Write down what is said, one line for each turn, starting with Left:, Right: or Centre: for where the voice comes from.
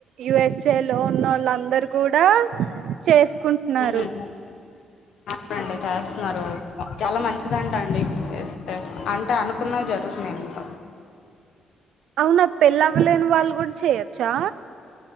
Right: యుఎస్ఏ లో ఉన్నోళ్ళందరు కూడా చేసుకుంటున్నారు
Left: హ్మ్ అవునండి చేస్తన్నారు చాలా మంచిదంటండి చేస్ అంటే అనుకున్నవి జరుగుతున్నయంట
Right: అవునా పెళ్లవ్వలేని వాళ్ళు కూడా చేయొచ్చా